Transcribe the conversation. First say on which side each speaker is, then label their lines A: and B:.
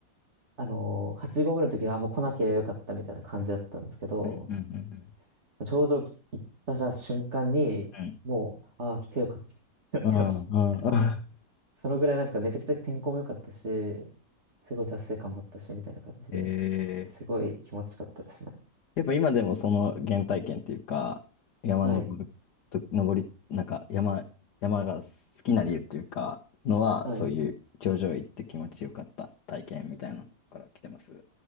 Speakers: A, on the right; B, on the left.
A: あのー、8合目の時はあもう来なきゃよかったみたいな感じだったんですけど
B: うん。うん。うん。
A: 頂上行った瞬間にもうああ来てよかったってなってました。
B: うんああ、ああ。<laughs>
A: そのぐらいなんかめちゃくちゃ天候も良かったし、すごい達成感もあったし、みたいな感じで、
B: ええ
A: すごい気持ちよかったですね。
B: やっぱ今でもその原体験っていうか、山登ると、
A: はい。
B: 登り、なんか山、山が好きな理由っていうか、のは、
A: はい。
B: そういう頂上行って気持ちよかった体験みたいなのから来てます